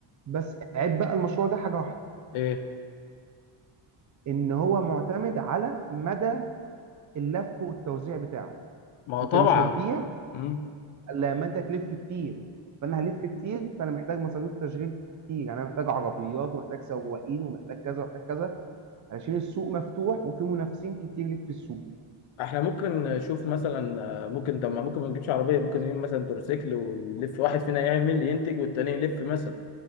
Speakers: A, on the right; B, on the left.
A: بس عيب بقى المشروع ده حاجه واحده
B: ايه
A: ان هو معتمد على مدى اللف والتوزيع بتاعك
B: ما هو
A: انت
B: طبعا
A: مش هتبيع
B: مم.
A: الا لما انت تلف كتير فانا هلف كتير فانا محتاج مصاريف تشغيل كتير يعني انا محتاج عربيات ومحتاج سواقين ومحتاج كذا ومحتاج كذا علشان السوق مفتوح وفي منافسين كتير ليك في السوق
B: احنا ممكن نشوف مثلا ممكن طب ما ممكن ما نجيبش عربيه ممكن نجيب مثلا تروسيكل ونلف واحد فينا يعمل ينتج والتاني يلف مثلا